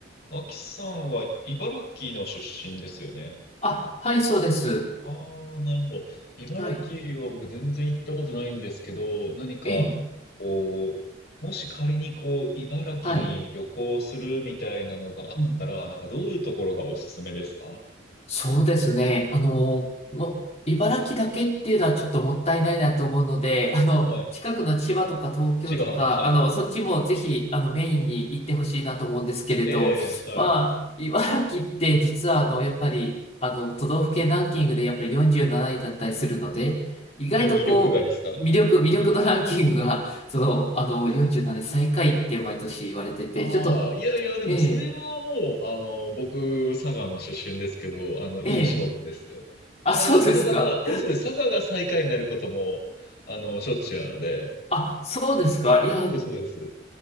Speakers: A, on the left; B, on the left.
A: 脇さんは茨城の出身ですよね。
B: あ、はい、そうです。
A: ああ、なるほど。茨城は僕全然行ったことないんですけど、
B: はい。
A: 何か、
B: ええ、
A: こう、もし仮にこう、茨城に旅行するみたいなのがあったら、
B: はい。うん、
A: なんかどういうところがおすすめですか
B: そうですね。あの、も茨城だけっていうのはちょっともったいないなと思うので、あの、
A: はい。
B: 近くの千葉とか東京とか、
A: 一番、はい。
B: あの、そっちもぜひ、あの、メインに行ってほしいなと思うんですけれど、
A: ええ、はい。
B: まあ、茨城って実は、あの、やっぱり、あの、都道府県ランキングでやっぱり47位だったりするので、意外とこう、
A: み、魅力がですか
B: 魅力、魅力度ランキングが、その、あの、47位最下位って毎年言われてて、
A: ああ、
B: ちょっと
A: いやいや、でもそれはもう、
B: ええ、
A: あの、僕、佐賀の出身ですけど、あの、いい勝負ですよ。
B: ええ。あ、
A: 佐賀、
B: そうですか
A: 佐賀が、え、そうです、佐賀が最下位になることも、あの、しょっちゅうなので、
B: あ、そうですかいや、
A: そうです、そうです。